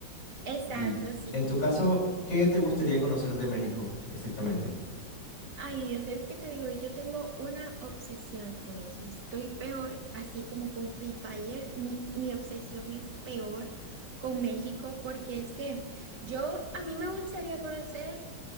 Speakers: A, on the right (about 65°); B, on the left (about 80°).
A: Exacto,
B: Y
A: sí.
B: en tu caso, ¿qué te gustaría conocer de México exactamente?
A: Ay, Dios, es que te digo, yo tengo una obsesión con eso. Estoy peor, así como con Free Fire, mi, mi obsesión es peor con México, porque es que yo, a mí me gustaría conocer